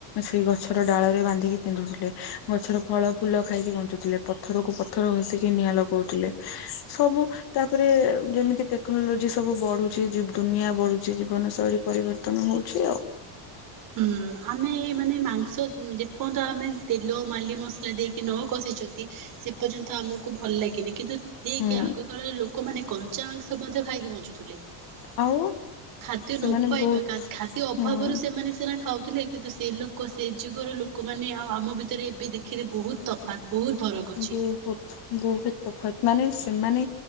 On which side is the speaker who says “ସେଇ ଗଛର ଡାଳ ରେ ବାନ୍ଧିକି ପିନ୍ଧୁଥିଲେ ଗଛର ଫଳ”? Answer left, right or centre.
Left